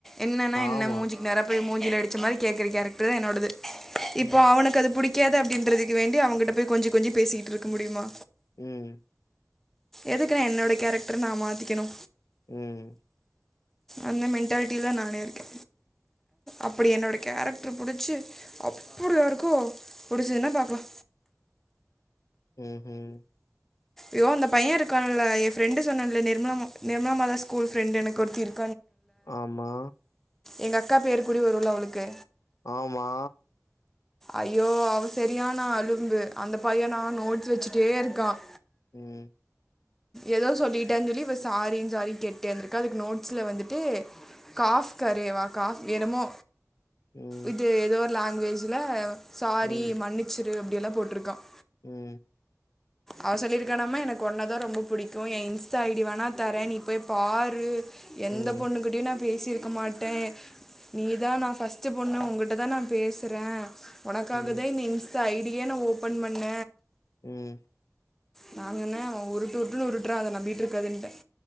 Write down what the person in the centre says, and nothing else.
என்னன்னா
என்ன மூஞ்சிக்கு நேராப்போய் மூஞ் ல அடிச்ச மாரி கேக்கற கேரக்டர் தா என்னோடது இப்போ
அவனுக்கு அது புடி கியது அப்படின்றதுக்கு வேண்டி அவங்கிட்ட போய் கொஞ்சி கொஞ்சி பேசிக்கிட்டுருக்க முடியுமா
எதுக்குண்ண என்னோட கேரக்டர் நா மாத்திக்கணு
அந்த மென்டாலிட்டிதா நானே இருக்கே அப்படி என்னோட கேரக்டர் புடிச்சு அப்படி யாருக்கும் புடிச்சுதுன்னா பாக்கலா
யோ அந்த பையன் இருக்கான் இல்ல என் ஃபிரண்டு சொன்ன இல்ல நிர்மலாமோ நிர்மலா அம்மாதான் ஸ்கூல் ஃபிரண்டு எனக்கு ஒருத்தி இரு
எங்க அக்கா பேரு கூடியு வரும் இல்ல அவளுக்கு
ஐயோ அவன் சரியான அலும்பு அந்த பையனா நோட்ஸ் வச்சுட்டே இருக்கான்
ஏதோ சொல்லிட்டனு சொல்லி இப்ப சாரின் சாரி கேட்டேந்திருக்கா அதுக்கு நோட்ஸ்ல வந்துட்டு காஃப் கரேவா காஃப் என்னமோ
இது ஏதோ ஒரு லா ங்வேஜி லா சாரி
மன்னிச்சிரு அப் எல்லா போட்ருக்கான்
அவ சொல்லிருக்கானமே எனக்கு ஒன்னா தான் ரொம்ப புடிக்கும் என் இன்ஸ்டா ஐடி வோனா தரேன் நீ போய் பாரு எந்த
பொண்ணு கிட்டயும் நா பேசிருக்க மாட்டேன் நீதான் நான் ஃபர்ஸ்ட்டு பொண்ணு உன்கிட்ட தான் நான் பேசு றன் ஒனக்காக
தா இந்த இன்ஸ் இந்த ஐடியே நா ஓப்பன் பண்ண
நா சொன்னே அவன் உருட்டு உருட்டுன்னு உருட்றான் அத நம்பிட்டிருக்காத இன்ட்டன்